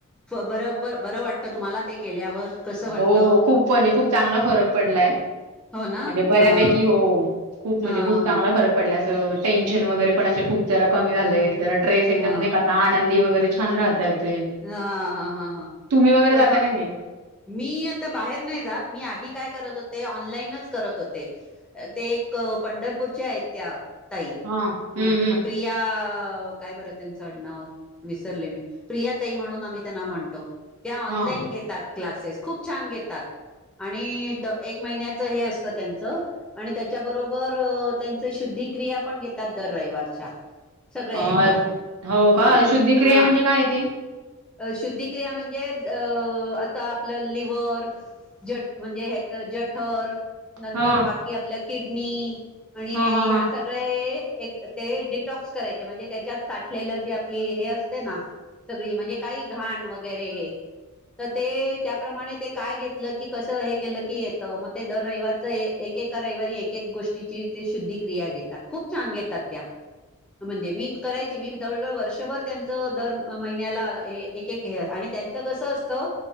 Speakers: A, in the centre; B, on the right.
A: बर बर वाटतं तुम्हाला ते केल्यावर कसं वाटत
B: हो खूप म्हणजे खूप चांगला फरक पडलाय
A: हो ना
B: म्हणजे बऱ्यापैकी
A: हा
B: हो खूप म्हणजे
A: हा
B: खूप
A: हा
B: चांगला फरक पडला टेनशन वगैरे पण असे खूप जरा कमी झाले जरा ्रेस एकम
A: हा
B: नाही कसा आनंदी वगैर छान राहतात ते
A: हा हा हा हा
B: तुम्ही वगैरे
A: पण
B: जाता
A: मग
B: का नाही
A: मी आता बाहेर नाही जात मी आधी काय करत होते ऑनलाईनच करत होते ते एक पंढरपूरच्या आहेत त्या ताई
B: हा हम्म
A: अ
B: हम्म
A: प्रिया काय बरत त्यांचं नाव विसरले मी प्रियताई म्हणून आम्ही त्यांना म्हणतो त्या ऑनलाईन
B: हा
A: घेतात क्लासेस खूप छान घेतात आणि द एक महिन्याचं हे असतं त्यांचं आणि त्याच्याबरोबर त्यांच शुद्धिक्रिया पण घेतात दर रविवारच्या सगळ्या
B: अ
A: यायच्या
B: हो
A: हा
B: का शुद्धिक्रिया
A: हा
B: म्हणजे काय आहे ते
A: अ शुद्धिक्रिया म्हणजे आता आपलं लिवर्ह ज म्हणजे ह्याच जठर नंतर
B: हा
A: बाकी आपल्या किड अग म आणि
B: हा
A: हे
B: हा
A: ह्या
B: हा
A: सगळ्या हे एक ते डिटॉक्स करायचे म्हणजे त्याच्यात साठलेलं जे हे असते ना सगळी म्हणजे काही घाण वगैरे हे तर ते त्याप्रमाणे ते काय घेतलं की कसं हे केलं की येतं मग ते दर रविवारच एकका रविवारी एकक गोष्टीची ते शुद्धिक्रिया घेतात खूप छान घेतात त्या म्हणजे मी करायची मी जवळ जवळ वर्षभर त्यांच दर महिन्याला एक एक हे आणि त्यांचं कसं असतं